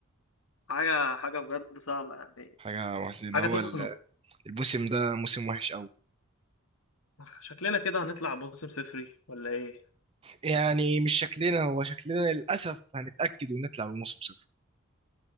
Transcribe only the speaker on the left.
حاجة حاجة بجد صعبة يعني
حاجة
تخنق
شكلنا كده هنطلع موسم صفري ولا ايه